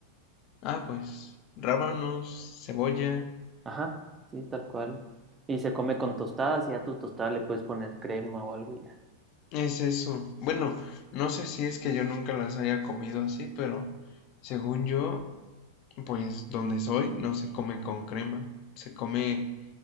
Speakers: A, on the left; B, on the right.
A: Ah, pues, rábanos, cebolla.
B: Ajá, sí, tal cual. Y se come con tostadas y a tu tostada le puedes poner crema o algo y ya.
A: Es eso. Bueno, no sé si es que yo nunca las haya comido así, pero según yo, pues donde soy no se come con crema, se come